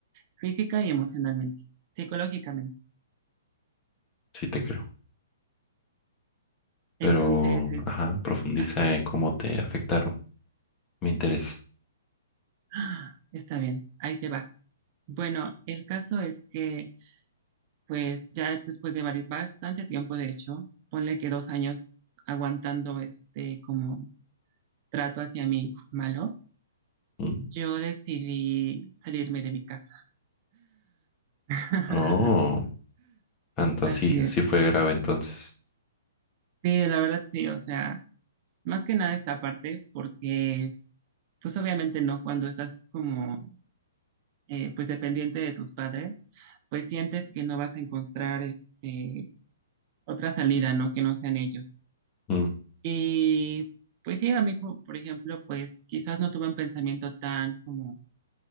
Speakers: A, on the right; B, on the left.
A: física y emocionalmente, psicológicamente.
B: sí te creo. Pero,
A: Entonces, es,
B: ajá, profundiza
A: ah,
B: en cómo te afectaron. Me interesa.
A: <gasps> ah, está bien, ahí te va. Bueno, el caso es que pues ya después de vari- bastante tiempo, de hecho, ponle que dos años aguantando este como trato hacia mí malo,
B: Mm.
A: yo decidí salirme de mi casa. <laughs>
B: Oh, tanto
A: Así
B: así.
A: es.
B: Sí fue grave entonces.
A: Sí, la verdad sí, o sea, más que nada esta parte, porque pues obviamente no, cuando estás como eh, pues dependiente de tus padres, pues sientes que no vas a encontrar este otra salida, ¿no? Que no sean ellos.
B: Mm,
A: Y pues sí, a mí, po- por ejemplo, pues quizás no tuve un pensamiento tan como,